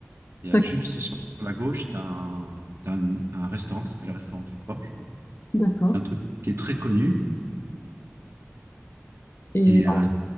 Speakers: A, on the right; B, on the left.
A: Il y a
B: D'ac-
A: juste sur la gauche, tu as un, un, un restaurant qui s'appelle le restaurant du port, je crois.
B: D'accord.
A: C'est un truc qui est très connu
B: Et
A: et, euh,